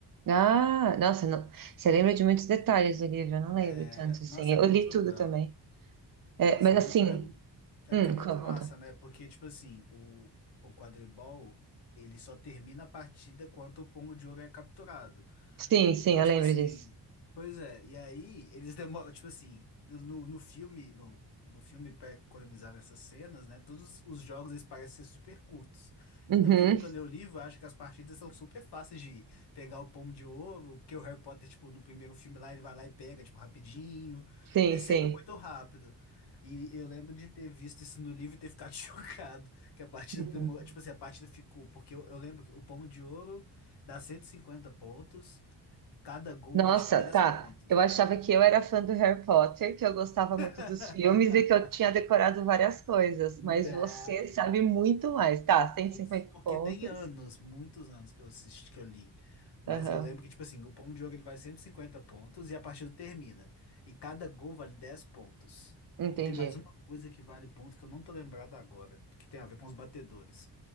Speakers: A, on the right; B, on the left.
A: Ah, nossa, não- você lembra de muitos detalhes do livro, eu não lembro
B: É,
A: tanto
B: nossa,
A: assim, eu
B: é muito
A: li
B: legal.
A: tudo também. É,
B: Nossa,
A: mas
B: é muito,
A: assim,
B: é, mu- é
A: hum,
B: porque é muito
A: conta.
B: massa, né? Porque, tipo assim, o, o quadribol, ele só termina a partida quando o pomo de ouro é capturado.
A: Sim,
B: Então,
A: sim, eu
B: tipo
A: lembro
B: assim,
A: disso.
B: pois é, e aí eles demoram, tipo assim, no, no filme, no, no filme para economizar nessas cenas, né? Todos os jogos eles parecem ser super curtos.
A: Uhum,
B: Então, quem nunca leu o livro acha que as partidas são super fáceis de pegar o pomo de ouro, porque o Harry Potter, tipo, no primeiro filme lá, ele vai lá e pega, tipo, rapidinho.
A: sim,
B: É sempre
A: sim.
B: muito rápido. E eu lembro de ter visto isso no livro e ter ficado <laughs> chocado, que a partida
A: Uhum.
B: demorou, tipo assim, a partida ficou, porque eu, eu lembro que o pomo de ouro dá 150 pontos. Cada gol
A: Nossa,
B: dá tipo 10
A: tá.
B: pontos.
A: Eu achava que eu era fã do Harry Potter, que eu gostava
B: <laughs>
A: muito dos filmes e que eu tinha decorado várias coisas,
B: né
A: mas você sabe muito mais. Tá, Cento
B: Isso,
A: e cinquenta
B: porque
A: pontos.
B: tem anos, muitos anos que eu assisti, que eu li. Mas
A: Aham,
B: eu lembro que, tipo assim, o pomo de ouro ele vale 150 pontos e a partida termina. E cada gol vale 10 pontos.
A: entendi.
B: E tem mais uma coisa que vale ponto que eu não tô lembrado agora, que tem a ver com os batedores.